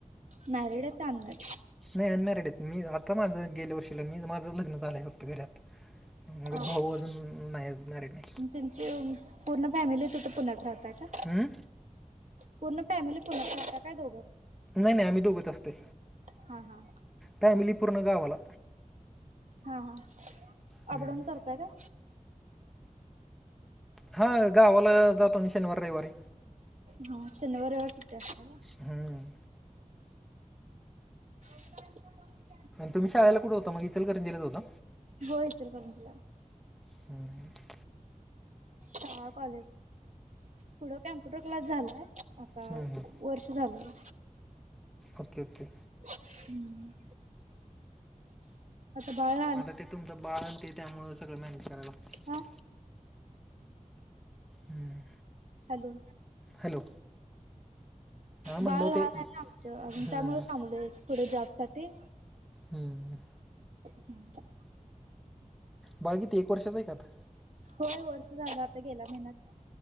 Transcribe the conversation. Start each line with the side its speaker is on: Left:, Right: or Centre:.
Right: मॅरिड आहेच अनमॅरिड
Centre: नाही अनमॅरेड आहेत मी आता माझं गेल्या वर्षीला मी माझं लग्न चालं आहे फक्त घरात मग
Right: हा
Centre: भाऊ
Right: हा
Centre: अजून नाहीणार नाही
Right: तुमची पूर्ण फॅमिली तिथे पुण्यात राहतय का
Centre: हां
Right: पूर्ण फॅमिली कोण होता काय दोघं
Centre: नाही नाही आम्ही दोघच असते
Right: हा हा
Centre: फॅमिलीपूर्ण गवाला
Right: हा हा
Centre: हम्म.
Right: अपडाऊन करताय का
Centre: हा गावाला जातो शनिवार रविवारी
Right: हा शनिवार रविवार सुटी असत
Centre: हम्
Right: ह
Centre: तुम्ही शाळेला कुठे होता मग इचलकरंजीलाच होता
Right: होचल करमजला
Centre: हम
Right: शाळा कॉलेज पुढं कॉम्प्युटर क्लास झालाय
Centre: हम्म हम्म
Right: वर्ष झालं
Centre: ओके ओके
Right: हम्म आता बाहेर
Centre: म आता ते तुमचं बाळ ते त्यामुळे सगळं मॅनेज करायला लागते
Right: हा
Centre: हम्म
Right: हॅलो
Centre: हॅलो हा म्हणलं
Right: बाळ लहान
Centre: ते
Right: आहे ना आमचं
Centre: हम्म
Right: त्यामुळे थांबलं पुढे जॉब साठी
Centre: हम्म
Right: हम्म
Centre: बाळग किती वर्षाच आहे का आता
Right: होय वर्ष झालं झालं आता गेल्या महिन्यात